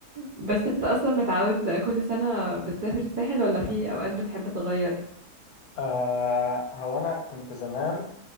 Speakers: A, on the right (about 70°); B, on the left (about 75°).
A: بس انت اصلا متعود كل سنه بتسافر الساحل ولا في اوقات بتحب تغير
B: آه هو انا كنت زمان